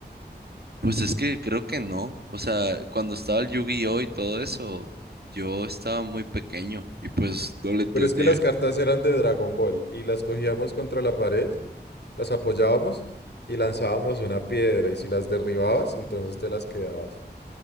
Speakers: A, on the right; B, on the left.
A: pues es que creo que no. O sea, cuando estaba el Yu-Gi-Oh y todo eso, yo estaba muy pequeño y pues no le entendía.
B: Pero es que las cartas eran de Dragon Ball y las cogíamos contra la pared, las apoyábamos y lanzábamos una piedra y si las derribabas, entonces te las quedabas.